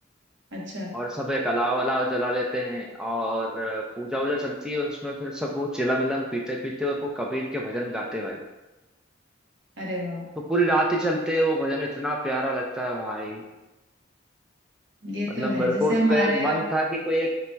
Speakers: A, on the right; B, in the centre.
A: अच्छा
B: और सब एक अलाव अलाव जला लेते हैं और अ, पूजा वूजा चलती है उसमें फिर सब वो चिलम मिलम पीते पीते और वो कबीर के भजन गाते हैं भाई
A: अरे वाह
B: तो पूरी रात ही चलते हैं वो भजन इतना प्यारा लगता है भाई
A: ये
B: मतलब
A: तो है
B: मेरे
A: जैसे
B: को उस
A: हमारे
B: पे
A: यहाँ
B: मन था कि कोई एक